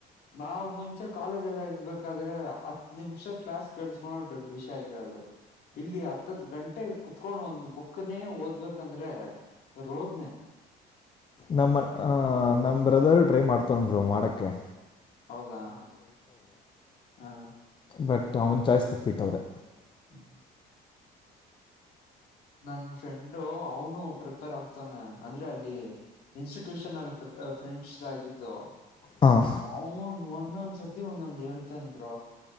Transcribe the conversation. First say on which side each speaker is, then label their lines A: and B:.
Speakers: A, on the left; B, on the left.
A: ನಾವವು ಮುಂಚೆ ಕಾಲೇಜ್ಲ್ಲ. ಬೇಕಾದ್ರೆ ಹತ್ತು ನಿಮಿಷ ಕ್ಲಾಸ್ ಕೇಳಳ್ಸ್ಕೊಂಡುಡ್ ಅಡ್ಮಿಷನ್. ಗರೋದು ಇಲ್ಲಿ ಹತ್ತತ್ತು ಗಂಟೆ. ಕತ್ಕೊಂಡ್ ಒಂದ್ ಬುಕ್ನೇ ಓದ್ಬೇಕಂದ್ರೆ ರೋದನೆೇ.
B: ನಮ್ಮ ಅ ನಮ್ ಬ್ರದರು ಟ್ರೈ ಮಾಡ್ತೋೊಂಡ ಬ್ರರು ಮಾಡಕ್ಕೆ.
A: ಹೌದಾ ಹಾ.
B: ಬಟ್ ಅವನು ಚಾಯ್ಸ್ ಬಿಟ್ಬಿಟ್ಟವ್ರೆ.
A: ಹ್ಮ ಹ್ಮ. ನನ್ ಫ್ರೆಂಡು ಅವನು ಪ್ರಿಪೇರ್ ಆಗ್ತಾನೆ ಅಂದ್ರೆ ಅಲ್ಲಿ ಇನ್ಸ್ಟಿಟ್ಯೂ. ಟ್ಯೂಷನ್ಲ್ಲಿ ಫ್ರೆಂಡ್ಸ್ ಆಗಿದ್ದು
B: ಹಾಂ
A: ಅವ ಒ. ಇನ್ನೊಂದ್ ಸತಿ ಒಂದೊಂದ್ ಹೇಳ್ತೇನ್ ಬ್ರ.